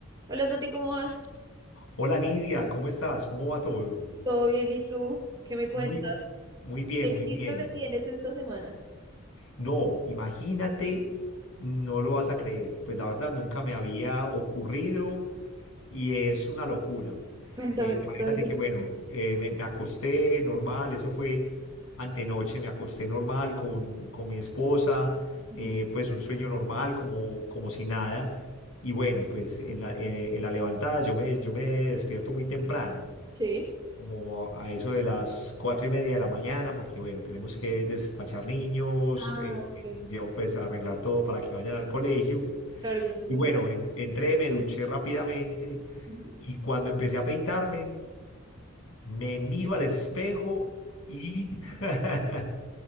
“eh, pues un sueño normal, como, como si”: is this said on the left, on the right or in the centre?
Left